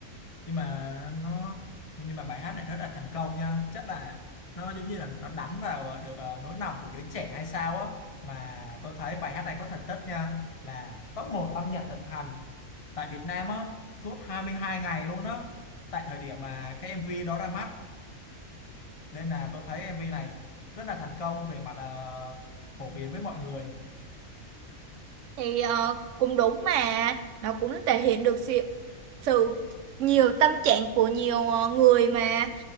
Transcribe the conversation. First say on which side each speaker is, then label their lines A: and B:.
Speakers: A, on the left; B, on the right.
A: nhưng mà nó nó- nhưng mà bài hát này rất là thành công nha chắc là nó giống như là nó đánh vào được ờ, nỗi lòng của giới trẻ hay sao á mà tôi thấy bài hát này có thành tích nha là top một âm nhạc thịnh hành tại Việt Nam á suốt 22 ngày luôn á tại thời điểm mà cái MV đó ra mắt nên là tôi thấy MV này rất là thành công về mặt ờ, phổ biến với mọi người
B: thì ờ, cũng đúng mà nó cũng thể hiện được sự, sự nhiều tâm trạng của nhiều ờ, người mà